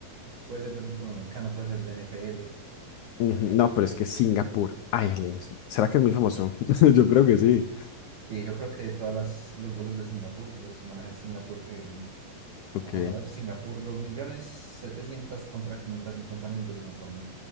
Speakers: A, on the right (about 80°); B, on the left (about 90°).
A: Puede ser de fútbol americano, puede ser de NFL.
B: Ujú, No, pero es que Singapur, Airlines. ¿Será que es muy famoso? <laughs> Yo creo que sí.
A: Sí, yo creo que de todas las, los vuelos de Singapur los maneja Singapore Airlines.
B: Ok.
A: Vamos a ver, Singapur, dos millones setecientos contra 550.000 de Buffalo.